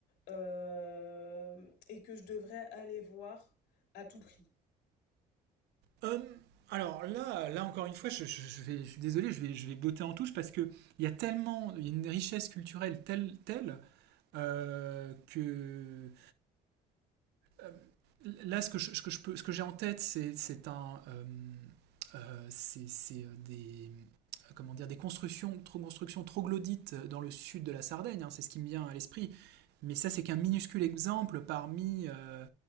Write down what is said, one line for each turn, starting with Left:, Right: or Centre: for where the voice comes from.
Left: euh, et que je devrais aller voir à tout prix?
Right: Hum, alors là, là encore une fois, je, je- je vais, je suis désolé, je vais, je vais botter en touche parce que il y a tellement, il y a une richesse culturelle telle, telle euh, que euh, là, ce que je, ce que je peux, ce que j'ai en tête, c'est, c'est un, euh, euh, c'est, c'est euh, des, comment dire, des constructions, trop constructions troglodytes dans le sud de la Sardaigne. hein, c'est ce qui me vient à l'esprit. Mais ça, c'est qu'un minuscule exemple parmi euh,